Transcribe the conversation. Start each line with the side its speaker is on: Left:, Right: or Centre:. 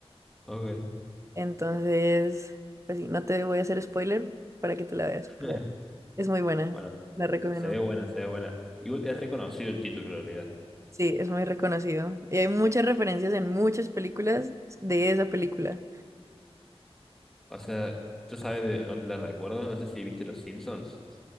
Centre: Ok.
Right: Entonces, pues sí, no te voy a hacer spoiler para que te la veas,
Centre: <laughs>
Right: pero es muy buena,
Centre: Bueno,
Right: la recomiendo.
Centre: se ve buena, se ve buena. Igual es reconocido el título en realidad.
Right: Sí, es muy reconocido. Y hay muchas referencias en muchas películas de esa película.
Centre: O sea, yo sabes de dónde la recuerdo, no sé si viste Los Simpsons,